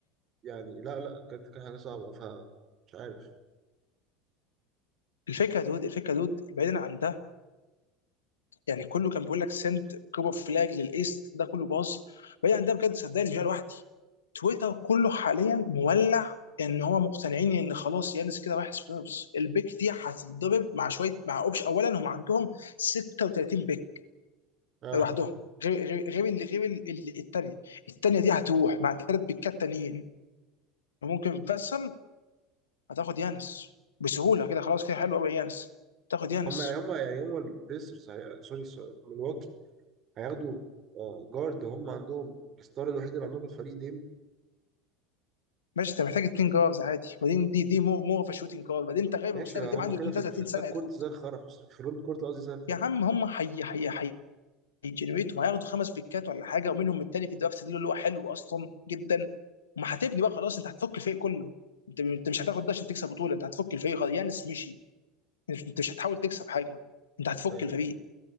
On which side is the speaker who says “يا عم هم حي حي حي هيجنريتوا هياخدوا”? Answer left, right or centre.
Left